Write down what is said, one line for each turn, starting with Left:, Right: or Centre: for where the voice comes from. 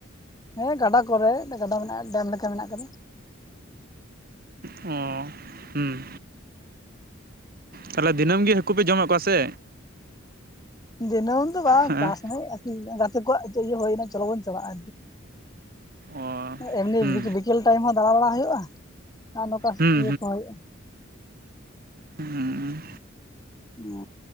Left: ᱦᱳᱭ ᱜᱟᱰᱟ ᱠᱚᱨᱮ ᱜᱟᱰᱟ ᱢᱮᱱᱟᱜᱼᱟ ᱰᱮᱢ ᱞᱮᱠᱟ ᱢᱮᱱᱟᱜ ᱠᱟᱫᱟ᱾
Right: ᱚᱸ ᱦᱩᱸ᱾ ᱛᱟᱦᱚᱞᱮ ᱫᱤᱱᱟᱢᱹ ᱜᱤ ᱦᱟᱹᱠᱩ ᱯᱮ ᱡᱚᱢᱮᱜ ᱠᱚᱣᱟ ᱥᱮ?
Left: ᱫᱤᱱᱟᱹᱢ ᱫᱚ ᱵᱟᱝ,
Right: ᱦᱮᱸ
Left: ᱚᱠᱟ ᱥᱚᱢᱚᱭ ᱜᱟᱛᱮ ᱠᱚᱣᱟᱜ ᱪᱮᱸ ᱤᱭᱟᱹ ᱦᱳᱭᱱᱟ ᱪᱚᱞᱚ ᱵᱚᱱ ᱪᱟᱞᱟᱜᱼᱟ,
Right: ᱚ
Left: ᱮᱢᱱᱤ
Right: ᱦᱩᱸ
Left: ᱵᱤᱠᱤ ᱵᱤ ᱠᱮᱞ ᱴᱟᱭᱤᱢ ᱦᱚᱸ ᱫᱟᱬᱟᱵᱟᱲᱟ ᱦᱳᱭᱳᱜᱼᱟ ᱟᱨ ᱱᱚᱝᱠᱟ
Right: ᱦᱩᱸ
Left: ᱤᱭᱟᱹ ᱠᱚᱦᱚᱸ ᱦᱳᱭᱳᱜᱼᱟ᱾
Right: ᱦᱩᱸ᱾
Left: ᱚ